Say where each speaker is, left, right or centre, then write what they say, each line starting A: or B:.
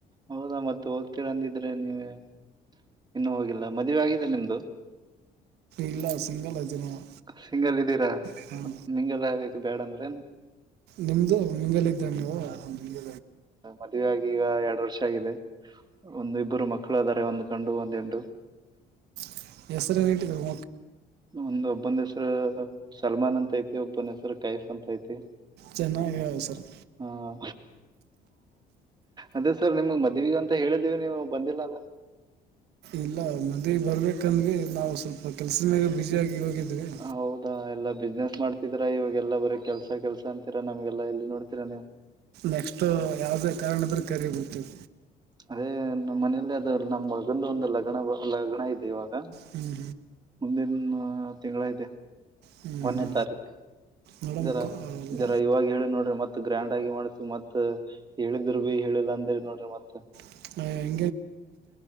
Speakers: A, on the right; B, on the right.
A: ಹೌದಾ ಮತ ಹೋಗ್ತೀರ ಅಂದಿದ್ರೆ ನೀವೇ ಇನ್ನು ಹೋಗಿಲ್ಲ ಮದವೆ ಆಗಿದೆ ನಿಮ್ದು
B: ಇಲ್ಲ ಸಿಂಗಲ್ ಅದಿ ನಾವು
A: ಸಿಂಗಲ್ ಇದ್ದೀರಾ
B: ಹಾಂ
A: ಮಿಂಗಲ್ ಆಗಕ್ ಬ್ಯಾಡ ಅಂದ್ರೇನು
B: ನಿಮ್ದು ನಿಮಲ್ಲ ಇದ್ದವೆ ನೀವು ಹ್ಞೂ
A: ಮದ್ವೆ ಆಗಿ ಈಗ ಎರಡು ವರ್ಷ ಆಗಿದೆ ಒಂದು ಇಬ್ಬರು ಮಕ್ಕಳಾದಾರೆ ಒಂದ ಗಂಡು ಒಂದ್ ಹೆಂಡರು
B: ಹೆಸರಟ್ಟಿದ್ದರೀ
A: ಒಂದು ಒಬ್ಬಂದ ಹೆಸರು ಸಲ್ಮಾನ್ ಅಂತ ಐತಿ ಒಬ್ಬನ ಹೆಸರು ಕೈಫ್ ಅಂತ ಐತಿ
B: ಚೆನ್ನಾಗ ಹೇಳಿದ್ರಿ ಸರ್
A: ಹಾ ಅದೇ ಸರ್ ನಿಮಗ್ ಮದುವೆಗೆ ಅಂತ ಹೇಳಿದೀವಿ ನೀವು ಬಂದಿಲ್ಲಲ್ಲ
B: ಇಲ್ಲ ಮದುವೆ ಬರ್ಬೇಕಂದ್ವಿ ನಾವು ಸ್ವಲ್ಪ ಕೆಲಸದ ಮ್ಯಾಗ ಬ್ಯುಸಿಯಾಗಿ ಹೋಗಿದ್ವಿ
A: ಹೌದಾ ಎಲ್ಲ ಬಿಸ್ನೆಸ್ ಮಾಡ್ತಿದರಾ ಇವಾಗ ಎಲ್ಲಾ ಬರೀ ಕೆಲ್ಸ ಕೆಲ್ಸ ಅಂತಿರಾ ನಮ್ಗೆಲ್ಲ ಎಲ್ಲಿ ನೋಡ್ತಿರಾ ನೀವು
B: ನೆಕ್ಸ್ಟ್
A: ಎಷ್ಟು
B: ಯಾವುದೇ ಕಾರಣ ಇದ್ರ ಕರದ ಬಿಡ್ತೇವೆ
A: ಅದೇ ನಮ್ಮ ಮನೆಯಲ್ಲಿ ಅದು ನಮ್ಮ್ ಮಗಂದು ಒಂದು ಲಗ್ನ ಲಗ್ನ ಇದೆ ಇವಾಗ
B: ಹ್ಞೂ
A: ಮುಂದಿನ ತಿಂಗಳ ಐತೆ
B: ಹ್ಞೂ
A: ಒಂದನೆ
B: ಹ್ಞೂ
A: ತಾರೀಕ್
B: ಮೇಡಮ್
A: ಜರಾ
B: ಅಲ್ಲ
A: ಜರಾ ಇವಾಗ ಹೇಳಿ ನೋಡ್ರಿ ಮತ ಗ್ರ್ಯಾಂಡ್ ಆಗಿ ಮಾಡ್ಸವಿ ಮತ್ ಹೇಳಿದರು ಭೀ ಹೇಳ ಹೇಳಿಲ್ಲ ಅಂದ್ರರಿ ನೋಡ್ರಿ ಮತ್ತ
B: ಹ್ಮ್